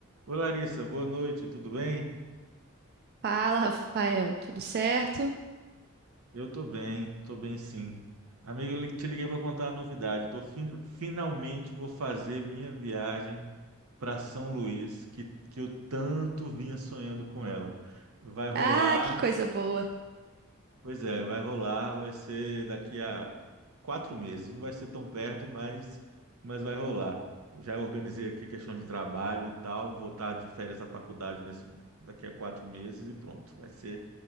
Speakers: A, on the right; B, on the right.
A: Oi, Larissa, boa noite, tudo bem?
B: Fala, Rafael, tudo certo?
A: Eu tô bem, tô bem sim. Amigo, eu li- te liguei para contar a novidade. Tô fin- finalmente vou fazer minha viagem para São Luís, que, que eu tanto vinha sonhando com ela. Vai rolar,
B: Ah, que coisa boa.
A: pois é, vai rolar, vai ser daqui a quatro meses. Não vai ser tão perto, mas, mas vai rolar. Já organizei aqui questão de trabalho e tal, vou estar de férias da faculdade nesse, daqui a quatro meses e pronto, vai ser